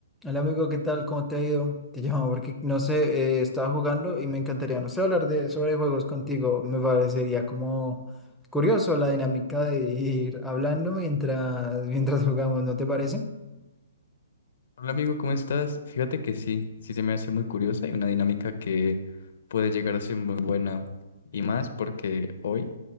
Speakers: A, in the centre; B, on the left.
A: Hola amigo, ¿qué tal? ¿Cómo te ha ido? Te llamo porque no sé, eh, estaba jugando y me encantaría, no sé, hablar de sobre juegos contigo. Me parecería como curioso la dinámica de ir hablando mientras <laughs> mientras jugamos, ¿no te parece?
B: Hola amigo, ¿cómo estás? Fíjate que sí, sí se me hace muy curiosa y una dinámica que puede llegar a ser muy buena. Y más porque hoy